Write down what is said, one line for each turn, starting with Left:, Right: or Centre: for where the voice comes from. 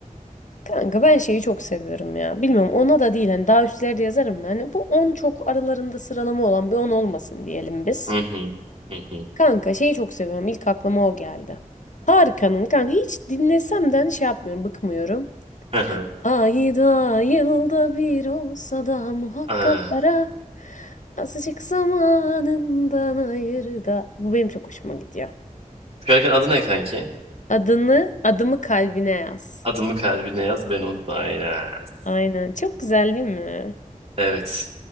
Left: Kanka ben şeyi çok seviyorum ya. Bilmiyorum ona da değil hani daha üstlerde yazarım da hani bu on çok aralarında sıralama olan bir 10 olmasın diyelim biz.
Right: hı hı hı hı.
Left: Kanka şeyi çok seviyorum. İlk aklıma o geldi. Tarkan'ın kanka hiç dinlesemden şey yapmıyorum, bıkmıyorum.
Right: hı hı.
Left: Ayda yılda bir olsa da muhakkak
Right: Aa,
Left: ara azıcık zamanından ayır da. Bu benim çok hoşuma gidiyor.
Right: Şarkının adı ne kanki?
Left: Adını, adımı kalbine yaz.
Right: Adımı kalbine yaz beni unutma. Aynen.
Left: Aynen. Çok güzel değil mi?
Right: Evet.